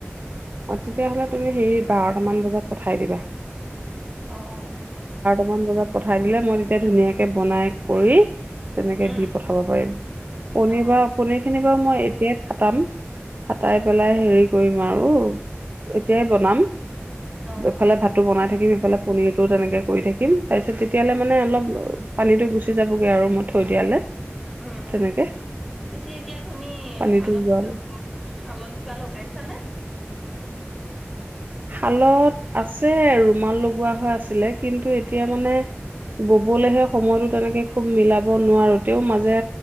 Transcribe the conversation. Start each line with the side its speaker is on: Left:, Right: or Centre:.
Right: অ তেতিয়াহলে তুমি সেই বাৰটামান বজাত পঠাই দিবা
Centre: অ অ অ
Right: ান বজাত পঠাই দিলে মই তেতিয়া ধুনীয়াকে বনাই পৰি তেনেকে
Centre: উম,
Right: দি পঠাব পাৰিম পনিৰ
Centre: অ,
Right: বা পনিৰ খিনি াৰ মই এতিয়া ফাটাম ফাটাই পেলাই হেৰি কৰিম আৰু এতিয়াই বনাম
Centre: অ,
Right: এফালে ভাতো বনাই থাকিবি সফালে পনীৰতো তেনেকে কৰি থাকিম তাৰপিছত তেতিয়াললে মানে অলপ পানীটো গুচি যাবগে আৰু মই থৈ দিয়ালে
Centre: উম উম
Right: তেনেকে
Centre: পিছে এতিয়া তুমি
Right: পানীটো
Centre: শালত
Right: যোৱালে
Centre: কিব শালত কিবা লগাইছানে
Right: শালত আছে ৰুমাল লগোৱা হৈ আছিলে কিন্তু এতিয়া মানে ববলেহে সময়তো তেনেকে খুব মিলাব নোৱাৰো তেও মাজে